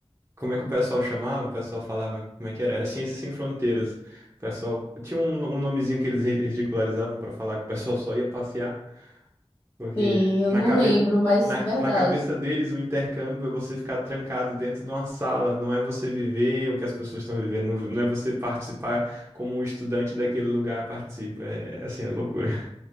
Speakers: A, on the right (about 25°); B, on the left (about 15°).
A: Como é que o pessoal chamava? O pessoal falava, como é que era? Era Ciências Sem Fronteiras. O pessoal tinha um, um nomezinho que eles ri- ridicularizavam pra falar que o pessoal só ia passear, porque
B: Sim, eu
A: na
B: não
A: cabe...
B: lembro, mas
A: na,
B: é verdade.
A: na cabeça deles o intercâmbio é você ficar trancado dentro de uma sala, não é você viver o que as pessoas estão vivendo, não não é você participar como um estudante daquele lugar participa. É, é assim, é loucura.